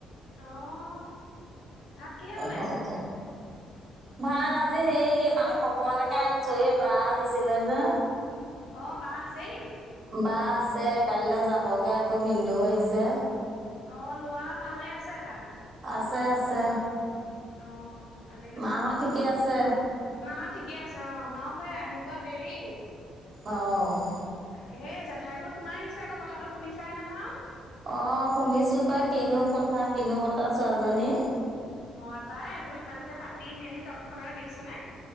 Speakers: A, on the left; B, on the right.
A: আহ, ভাত কিহে বনাইছে।
B: সমস্যা ভাত আজি সেই মাংস অকমানকে আনিছো এই বা আহিছিলে যে
A: অ বা আছে নেকি?
B: বা আছে কাইলৈ যাব। ব, বগে আকৌ ভিন্দুও আহিছে।
A: অ, লোৱা ভালে আছে তাই।
B: আছে, আছে।
A: অ, ভালেই হৈছে
B: মাহঁত ঠিকে আছে
A: মাহত। ঠিকে আছে। অ, মাকসে আহি পোৱা দেৰি
B: অ'।
A: তাকে এই জেঠাইৰ ঘৰত সোমাই আহিছে, আক কথাটো শুনিছাই নহয়।
B: অ, শুনিছো বাই কিনো কথা, কিনো বতাহ ছোৱালীজনী।
A: হয়, তাই এইবোৰ ইমানকে পাতি মেলি তৎক্ষণাতে দেখিছ নে।